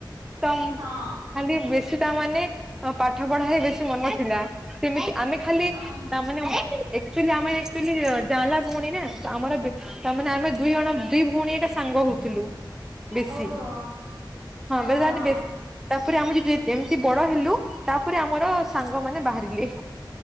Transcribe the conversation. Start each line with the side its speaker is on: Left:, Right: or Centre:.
Centre: ତମ
Right: ହଁ
Centre: ଖାଲି ବେଶୀ ତା ମାନେ ପାଠ ପଢା ହେ ବେଶୀ ମନ ଥିଲା ସେମିତି ଆମେ ଖାଲି
Right: ଓହୋ।
Centre: ନା ମାନେ ଆକ୍ଚୁଆଲି ଆମେ ଏକଚୁଆଲି ଜାଆଁଲା ଭଉଣୀ ନା ଆମର ମାନେ ଆମେ ଦୁଇ ଜଣ ଦି ଭଉଣୀ ଏକ ସାଙ୍ଗ ହଉଥିଲୁ, ବେଶୀ
Right: ଓହୋ
Centre: ହଁ
Right: ଓହୋ,
Centre: ବେଳେ ତାମାନେ ବେ ତାପରେ ଆମେ ଯେମିତି ବଡ ହେଲୁ ତାପରେ ଆମର ସାଙ୍ଗ ମାନ ବାହାରିଲେ,